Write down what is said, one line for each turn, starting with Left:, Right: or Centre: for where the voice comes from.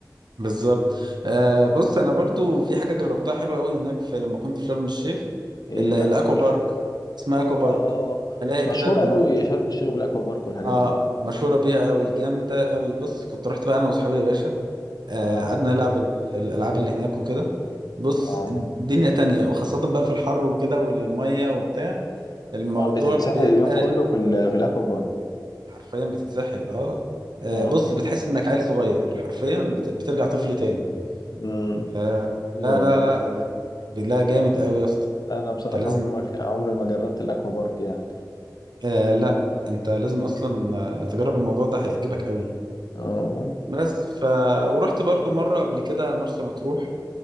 Right: بالظبط آه بص انا برضو في حاجه جربتها حلوه قوي هناك في لما كنت في شرم الشيخ
Left: ايه
Right: ال-
Left: بقى
Right: الاكوا بارك اسمها اكوا بارك
Left: اه
Right: ملاهي
Left: مشهوره
Right: كده بال...
Left: قوي شرم الشيخ بالاكوا بارك والحاجات
Right: اه
Left: دي
Right: مشهوره بيها قوي جامده قوي بص كنت رحت بقى انا واصحابي يا باشا آه
Left: اه
Right: قعدنا نلعب ال- الالعاب اللي هناك وكده بص
Left: اه
Right: دنيا تانية وخاصه بقى في الحر وكده والميه وبتاع الموضوع
Left: طبعا بتتسحل
Right: بيبقى
Left: اليوم كله في ال- في الاكوا بارك
Right: حرفيا بتتسحل اه آه،
Left: اه
Right: بص بتحس انك عيل صغير حرفيا بت- بترجع طفل تاني
Left: امم
Right: آه
Left: جميل
Right: لا
Left: والله
Right: لا لا لا جامد قوي يا اسطى
Left: انا بصراحه
Right: انت لازم
Left: عمري ما ك- عمري ما جربت الاكوا بارك يعني
Right: آه لا انت لازم اصلا آه، تجرب الموضوع ده هيعجبك قوي
Left: اه
Right: بس ف ورحت برضو مره قبل كده مرسى مطروح